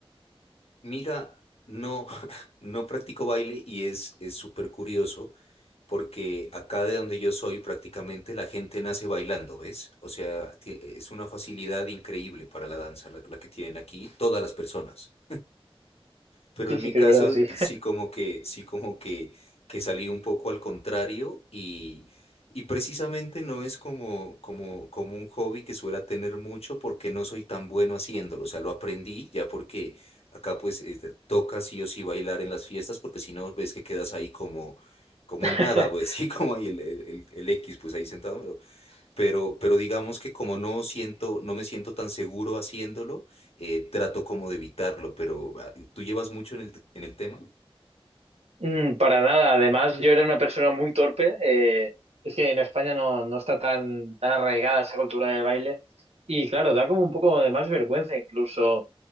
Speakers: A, on the left; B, on the right.
A: Mira, no, <laughs> no practico baile y es, es súper curioso porque acá de donde yo soy prácticamente la gente nace bailando, ¿ves? O sea, tie- es una facilidad increíble para la danza la la que tienen aquí todas las personas. Pero
B: Sí,
A: en
B: sí
A: mi
B: que
A: caso,
B: es verdad, sí.
A: sí como que, sí como que, que salí un poco al contrario y, y precisamente no es como, como, como un hobby que suela tener mucho porque no soy tan bueno haciéndolo. O sea, lo aprendí ya porque acá pues eh, te- toca sí o sí bailar en las fiestas porque si no ves que quedas ahí como, como
B: <laughs>
A: el nada, pues <laughs> sí, como ahí el, el, el el X, pues ahí sentado pero, pero digamos que como no siento, no me siento tan seguro haciéndolo, eh, trato como de evitarlo, pero ah, ¿tú llevas mucho en el, te- en el tema?
B: Mm, Para nada, además yo era una persona muy torpe. eh, es que en España no, no está tan, tan arraigada esa cultura del baile. Y claro, da como un poco de más vergüenza incluso.